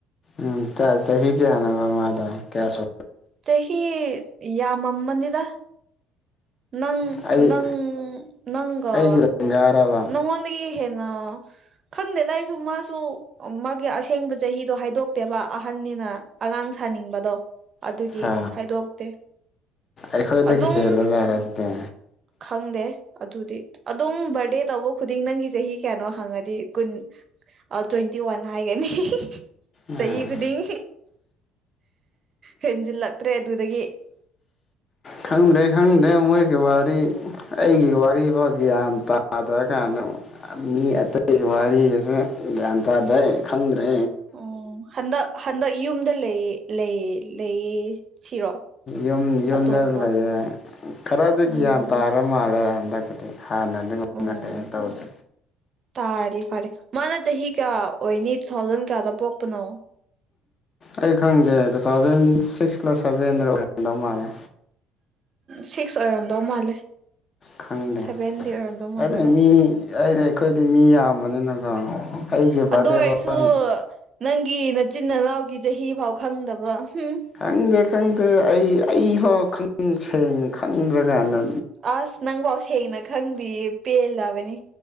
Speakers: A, on the left; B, on the right.
A: ꯎꯝ ꯆꯥ ꯆꯍꯤ ꯀꯌꯥꯅꯣꯕ ꯃꯥꯗꯣ ꯀꯌꯥꯁꯨ
B: ꯆꯍꯤ ꯌꯥꯝꯃꯝꯃꯅꯤꯗ ꯅꯪ
A: ꯑꯩ
B: ꯅꯪ ꯅꯪꯒ
A: ꯑꯩꯒꯤ ꯂꯦꯡꯒꯥꯔꯕ
B: ꯅꯉꯣꯟꯗꯒꯤ ꯍꯦꯟꯅ ꯈꯪꯗꯦꯗ ꯑꯩꯁꯨ ꯃꯥꯁꯨ ꯃꯥꯒꯤ ꯑꯁꯦꯡꯕ ꯆꯍꯤꯗꯣ ꯍꯥꯏꯗꯣꯛꯇꯦꯕ ꯑꯍꯟꯅꯤꯅ ꯑꯉꯥꯡ ꯁꯥꯅꯤꯡꯕꯗꯣ ꯑꯗꯨꯒꯤ
A: ꯍꯥ
B: ꯍꯥꯏꯗꯣꯛꯇꯦ
A: ꯑꯩꯈꯣꯏꯗꯒꯤ
B: ꯑꯗꯨꯝ
A: ꯍꯦꯜꯂꯥ ꯖꯥꯠꯂꯣ ꯑꯗꯨꯗꯤ
B: ꯈꯪꯗꯦ ꯑꯗꯨꯗꯤ ꯑꯗꯨꯝ ꯕꯔꯗꯦ ꯇꯧꯕ ꯈꯨ ꯗꯤꯡ ꯅꯪꯒꯤ ꯆꯍꯤ ꯀꯌꯥꯅꯣ ꯍꯪꯉꯗꯤ ꯀꯨꯟ ꯑꯥ ꯇ꯭ꯋꯦꯟꯇꯤ ꯋꯥꯟ ꯍꯥꯏꯒꯅꯤ
A: ꯎꯝ
B: ꯆꯍꯤ ꯈꯨꯗꯤꯡ ꯍꯦꯟꯖꯤꯟꯂꯛꯇ꯭ꯔꯦ ꯑꯗꯨꯗꯒꯤ
A: ꯈꯪꯗ꯭ꯔꯦ ꯈꯪꯗ꯭ꯔꯦ ꯃꯣꯏꯒꯤ ꯋꯥꯔꯤ ꯑꯩꯒꯤ ꯋꯥꯔꯤꯐꯥꯎ ꯒ꯭ꯌꯥꯟ ꯇꯥꯗ꯭ꯔꯀꯥꯟꯗ ꯃꯤ ꯑꯇꯩꯒꯤ ꯋꯥꯔꯤꯗꯨꯁꯨ ꯒ꯭ꯌꯥꯟ ꯇꯥꯗꯦ ꯈꯪꯗ꯭ꯔꯦ
B: ꯑꯣ ꯍꯟꯗꯛ ꯍꯟꯗꯛ ꯌꯨꯝꯗ ꯂꯩ ꯂꯩ ꯂꯩꯌꯦ ꯁꯤꯔꯣ
A: ꯌꯨꯝ ꯌꯨꯝꯗ
B: ꯑꯇꯣꯝꯕ
A: ꯂꯩꯌꯦ ꯈꯔꯗꯤ
B: ꯎꯝ
A: ꯒ꯭ꯌꯥꯟ ꯇꯥꯔ ꯃꯥꯜꯂꯦ ꯍꯟꯗꯛꯀꯗꯤ ꯍꯥꯟꯅ ꯑꯗꯨꯒꯨꯝꯕ
B: ꯎꯝ
A: <unintelligible> ꯇꯧꯗꯦ
B: ꯇꯥꯔꯗꯤ ꯐꯔꯦ ꯃꯥꯅ ꯆꯍꯤ ꯀꯌꯥ ꯑꯣꯏꯅꯤ ꯇꯨ ꯊꯥꯎꯖꯟ ꯀꯌꯥꯗ ꯄꯣꯛꯄꯅꯣ
A: ꯑꯩ ꯈꯪꯗꯦ ꯇꯨ ꯊꯥꯎꯖꯟ ꯁꯤꯛꯁꯂꯥ ꯁꯚꯦꯟꯔꯥ ꯑꯣꯏꯔꯝꯗꯧ ꯃꯥꯜꯂꯦ
B: ꯁꯤꯛꯁ ꯑꯣꯏꯔꯝꯗꯧ ꯃꯥꯜꯂꯦ
A: ꯈꯪꯗꯦ
B: ꯁꯚꯦꯟꯗꯤ ꯑꯣꯏꯔꯝꯗꯧ ꯃꯥꯟꯗꯦꯕ
A: ꯑꯗꯨ ꯃꯤ ꯌꯥꯏ ꯌꯥꯏ ꯑꯩꯈꯣꯏꯗꯤ ꯃꯤ ꯌꯥꯝꯕꯅꯤꯅꯀꯣ ꯑꯩꯒꯤ ꯕꯥꯔꯗꯦ
B: ꯑꯗꯨ ꯑꯣꯏꯔꯁꯨ
A: ꯐꯥꯎ
B: ꯅꯪꯒꯤ ꯅꯆꯤꯟ ꯅꯅꯥꯎꯒꯤ ꯆꯍꯤ ꯐꯥꯎ ꯈꯪꯗꯕ ꯍꯨꯝ
A: ꯈꯪꯗꯦ ꯈꯪꯗꯦ ꯑꯩ ꯑꯩꯐꯥꯎ ꯈꯪ ꯁꯦꯡ ꯈꯪꯗ꯭ꯔ ꯀꯥꯟꯗ
B: ꯑꯁ ꯅꯪꯐꯥꯎ ꯁꯦꯡꯅ ꯈꯪꯗꯤꯌꯦ ꯄꯦꯜꯂꯕꯅꯤ